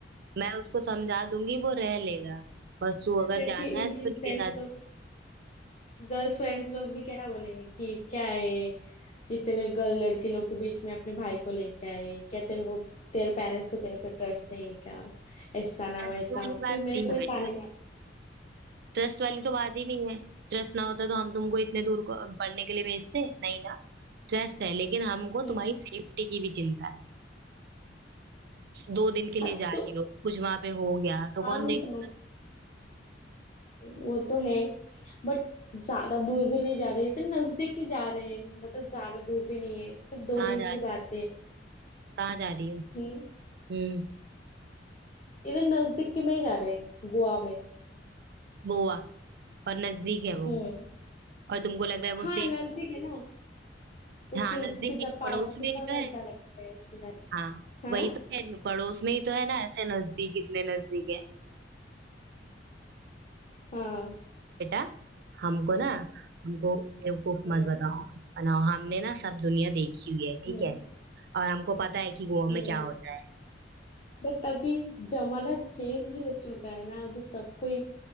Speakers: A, on the right; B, on the left.
A: मैं उसको समझा दूंगी वो रह लेगा बस तू अगर
B: लड़की
A: जाना है
B: मेरी
A: तो उसके
B: फ्रेंड्स
A: साथ
B: लोग गर्ल्स फ्रेंड्स लोग भी क्या बोलेंगे कि क्या है इतने गर्ल लड़के लोग के बीच में अपने भाई को लेके आई क्या तेरे वो तेरे पेरेंट्स को तेरे पे ट्रस्ट नहीं है क्या ऐसा ना
A: ट्रस्ट
B: वैसा
A: वाली
B: फिर
A: बात
B: मेरे
A: नहीं है
B: को ये
A: बेटा
B: ताने मारते
A: ट्रस्ट वाली तो बात ही नहीं है ट्रस्ट ना होता तो हम तुमको इतने दूर को पढ़ने के लिए भेजते नहीं ना ट्रस्ट है लेकिन हमको
B: हैं
A: तुम्हारी सेफ्टी की भी चिंता है दो दिन के लिए
B: हाँ
A: जा रही
B: तो
A: हो कुछ वहां पे हो गया तो
B: हाँ
A: कौन
B: मैं
A: देखेगा
B: जानती हूँ, वो तो है बट ज्यादा दूर भी नहीं जा रही तो नजदीक ही जा रहे हैं मतलब ज्यादा दूर भी नहीं है सिर्फ दो
A: कहाँ
B: दिन
A: जा
B: की बात है
A: कहाँ जा रही हो
B: हम्म
A: हम्म
B: इधर नजदीक के में ही जा रहे हैं गोवा में
A: गोवा और नजदीक है वो
B: हम्म
A: और तुमको लग रहा है वो
B: हाँ
A: सेफ
B: नजदीक है ना उस
A: हाँ नजदीक
B: कितना
A: ही
B: पाँच
A: पड़ोस
B: कितना
A: में ही तो है
B: घंटा लगता है उससे जाने
A: हाँ
B: हाँ
A: वही तो है पड़ोस में ही तो है ना ऐसे नजदीक इतने नजदीक है
B: हाँ
A: बेटा हमको ना हमको बेवकूफ
B: हम्म
A: मत बताओ बनाओ हमने ना सब दुनिया देखी हुई है ठीक
B: हम्म
A: है और हमको पता है कि गोवा
B: हम्म
A: में क्या होता है
B: बट अभी जमाना चेंज हो चुका है ना अभी सबको ही